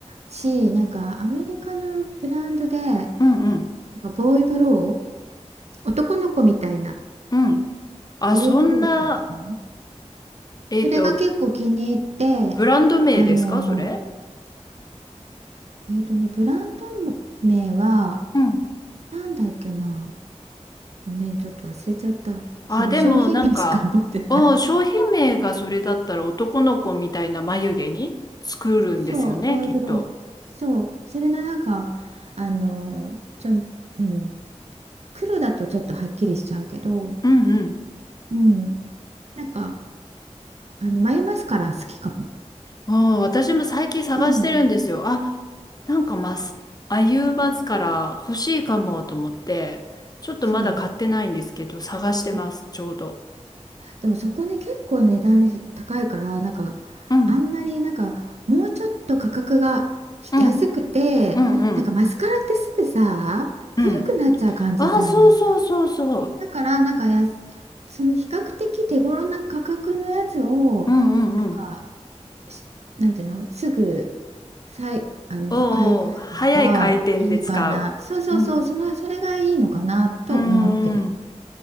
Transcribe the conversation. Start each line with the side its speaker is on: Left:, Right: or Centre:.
Right: し、なんかアメリカのブランドで、な
Left: うん
Right: んかボーイブロー、男の子みたいな、
Left: うん。あ、
Right: ボーイブローってやつかな。
Left: そんな、えっと、
Right: それが結構気に入って
Left: ブランド名ですかそれ
Right: あのえっとねブランド名は
Left: うん
Right: なんだっけなごめんちょっと忘れちゃったその商品名しか覚えてない
Left: あ、でもなんか、うん商品名がそれだったら男の子みたいな眉毛に作るんですよね、
Right: そうボーイブローそうそれのなんかあのちょん、
Left: きっと。
Right: うん、黒だとちょっとはっきりしちゃうけど
Left: うんうん。
Right: うんなんかあの眉マスカラ好きかも
Left: ああ、私も最近探してるんですよ。
Right: うん
Left: あ、なんかマス、アユーバスから欲しいかもと思って、ちょっとまだ買ってないんですけど、
Right: そう、
Left: 探してます、
Right: うん
Left: ちょうど。
Right: でもそこね結構値段高いからなんか
Left: うん、
Right: あんまりなんかもうちょっと価格が安くてなんかマスカラってすぐさ古くなっちゃう感じじゃんなんか
Left: うん、うん、うん、うん。ああ、そうそうそうそう。
Right: だからなんかやすその比較的手頃な価格のやつをなんか
Left: うんうんうん。
Right: しなんていうのすぐさいあの買い替えるのがいいかなそうそうそうそのそれがいいのかなと思ってる
Left: おうおう、早い回転で使う。うん、うんうん。